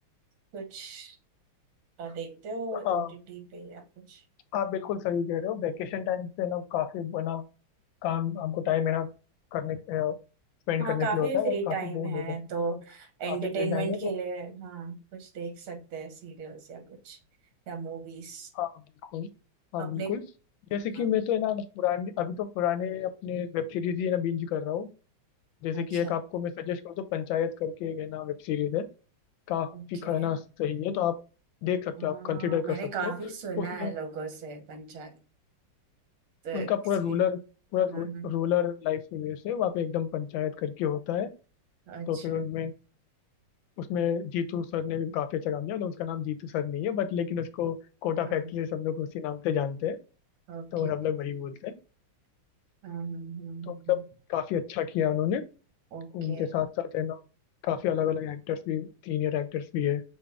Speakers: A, on the right; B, on the left.
A: कुछ अ, देखते हो
B: हाँ
A: ओटीटी पे या कुछ
B: आप बिल्कुल सही कह रहे हो वैकेशन टाइम पे ना काफी बना काम हमको टाइम है ना करने स्पेंड
A: हाँ
B: करने
A: काफी
B: के लिए होता
A: फ्री
B: है और काफी
A: टाइम
B: बोर
A: है
B: हो जाए
A: तो एंटरटेनमेंट
B: काफी फ्री टाइम है तो
A: के लिए हाँ कुछ देख सकते हैं सीरियल्स या कुछ या मूवीज
B: हाँ बिल्कुल हाँ
A: अपने
B: बिल्कुल जैसे कि
A: हाँ,
B: मैं तो है ना पुराने अभी तो पुराने अपने वेब सीरीज ही है ना बिंज कर रहा हूँ जैसे
A: अच्छा
B: कि एक आपको मैं सजेस्ट करूँ तो पंचायत करके एक है ना वेब सीरीज है काफी
A: ओके
B: खाना सही है तो आप देख सकते
A: हाँ
B: हो आप कंसिडर
A: मैंने
B: कर सकते
A: काफी
B: हो
A: सुना
B: उसमें
A: है लोगों से पंचायत तो
B: उनका
A: किसी
B: पूरा रूलर पूरा
A: हाँ
B: रू,
A: हाँ
B: रूलर लाइफ की वजह से वहाँ पे एकदम पंचायत करके होता है
A: अच्छा
B: तो फिर उनमें उसमें जीतू सर ने भी काफी अच्छा काम किया मतलब उसका नाम जीतू सर नहीं है बट लेकिन उसको कोटा
A: हाँ
B: फैक्ट्री
A: हाँ
B: से सब लोग उसी नाम से जानते हैं
A: ओके
B: तो सब
A: हाँ
B: लोग वही बोलते हैं
A: हाँ हाँ हाँ,
B: तो मतलब
A: हाँ,
B: काफी अच्छा किया उन्होंने
A: ओके
B: उनके साथ साथ है ना काफी अलग अलग एक्टर्स भी सीनियर एक्टर्स भी है